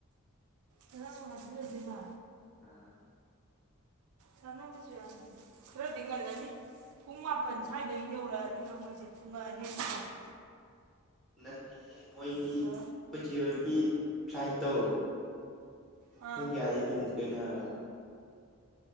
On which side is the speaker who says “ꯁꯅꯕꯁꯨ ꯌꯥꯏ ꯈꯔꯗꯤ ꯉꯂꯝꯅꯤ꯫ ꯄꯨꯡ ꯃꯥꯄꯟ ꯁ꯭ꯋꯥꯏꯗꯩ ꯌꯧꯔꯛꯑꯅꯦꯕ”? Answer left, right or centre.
Right